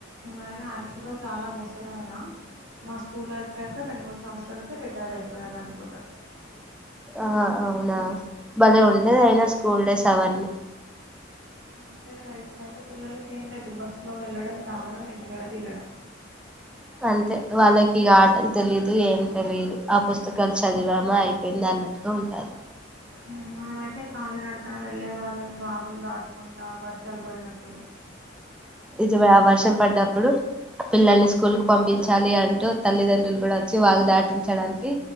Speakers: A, on the right (about 75°); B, in the centre.
A: ఆయన యాక్చువల్గా చాలా ముసలాయనా మా స్కూల్ అయిపోయాక రెండు మూడు సంవత్సరాలకు రిటైర్ అయిపోయారునుకుంటా
B: ఆ అవునా భలే ఉండేది అయినా స్కూల్ డేస్ అవన్నీ
A: అంతే కదా ఇప్పుడు అయితే పిల్లలకి ఏం లేదు బస్సు లో వెళ్ళడం రావడం ఇంటికాడ దిగడం
B: అంతే వాళ్ళకి ఇగ ఆటలు తెలిదు ఏం తెలిదు ఆ పుస్తకాలు చదివామా అయిపోయింది అ అన్నటుగా ఉంటాది.
A: మ్ మనమయితే కాళీ నడక కన వెళ్ళే వాళ్ళం వాగులు దాటుకుంటా వర్షాలు పడినప్పుడు
B: ఇది ఆ వర్షం పడ్డప్పుడు పిల్లల్ని స్కూల్ కి పంపించాలి అంటే తల్లిదండ్రులు గుడా వచ్చి వాగు దాటించడానికి